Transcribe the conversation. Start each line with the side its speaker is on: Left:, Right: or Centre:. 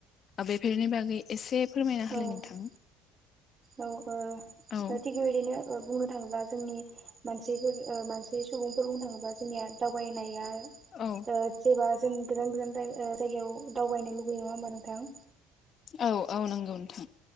Left: बेफोरनि बागै एसे फोरमायना होलाय
Right: औ
Left: नोंथां।
Right: औ ओ
Left: औ
Right: थिग बेबायदिनो ओ बुंनो थाङोब्ला जोंनि मानसिफोर ओ मानसि सुबुंफोर बुंनो थाङोब्ला जोंनिया दावबायनाया ओ
Left: औ
Right: जेब्ला जों गोजान गोजान जायगा ओ जायगायाव दावबायनो लुबैयो नङा होमबा नोंथां?
Left: औ औ नंगौ नोंथां।